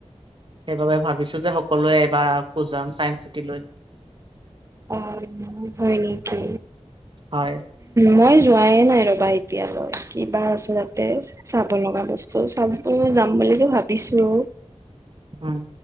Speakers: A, on the right; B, on the right.
A: সেইবাবে ভাবিছো যে সকলোৱে এবাৰ আকৌ যাম চাইন্স চিটি লৈ।
B: অ' হয় নেকি
A: হয়
B: মই যোৱাই নাই ৰ'বা এতিয়ালৈ, কিবা আছে তাতে চাব লগা বস্তু চাব যাম বুলি বুলি ভাবিছোঁ।
A: উম,